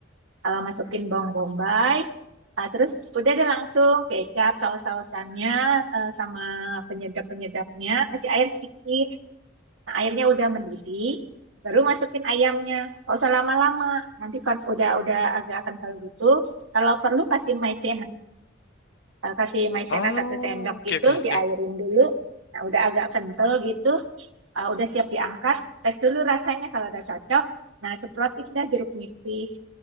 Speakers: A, on the right (about 85°); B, on the left (about 60°).
A: Eh, masukin bawang bombay. Ah, terus udah ada langsung kecap, saus-sausannya eh, sama penyedap-penyedapnya. Kasih air sedikit Nah, airnya udah mendidih, baru masukin ayamnya. Gak usah lama-lama. Nanti kan udah udah agak kental gitu. Kalau perlu kasih maizena, Eh, kasih maizena
B: Oh,
A: satu sendok
B: oke
A: gitu,
B: oke
A: diairin
B: oke.
A: dulu. Nah, udah agak kental gitu, eh, udah siap diangkat. Tes dulu rasanya kalau udah cocok. Nah, semprotin dah jeruk nipis.